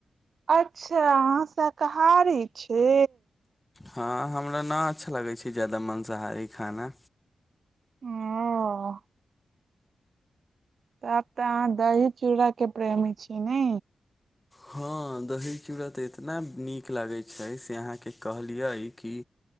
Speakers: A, on the right (about 70°); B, on the left (about 15°).
A: अच्छा अहाँ शाकाहारी छी
B: हँ हमरा नहि अच्छा लगै छै ज्यादा माँंसाहारी खाना
A: ओ तऽ आब तऽ अहाँ दही चूड़ाक के प्रेमी छीयै ने
B: हँ दही चूड़ा त एतना नीक लगैत छै से अहाँके कहलियै कि